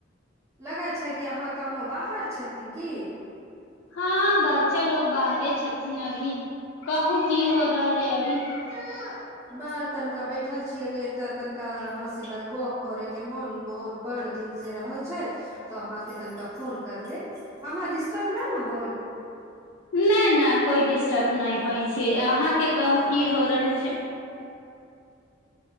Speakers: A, on the right; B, on the left.
A: लगै छै कि अहाँ कनोहु बाहर छथिन की
B: हँ बच्चा लोकोग बाहरे छथिन अभी कहू की हो रहल ह अभी। तेलू
A: ब तनिका बैठल छीिय एले ए तऽ तनिका क यहाँ से बैगोप करे के मोन बहुत बड़ दिन से रहल छै तऽ अहाँ तनिका फोन कर लेब अहाँ डिस्टर्ब नहि ने होल
B: मै न कोइ डिस्टर्ब नहि होइ छै अहाँ के कहू
A: हँ
B: की हो रहल छै